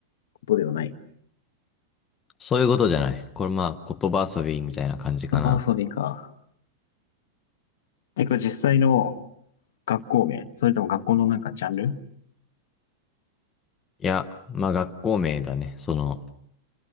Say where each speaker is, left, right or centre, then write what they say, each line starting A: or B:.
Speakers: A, on the left; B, on the left.
A: ことではない。
B: そういうことじゃない。これまあ、言葉遊びみたいな感じかな。
A: 言葉遊びか。え、これ実際の学校名それとも学校のなんかジャンル
B: いや、まあ学校名だね。その、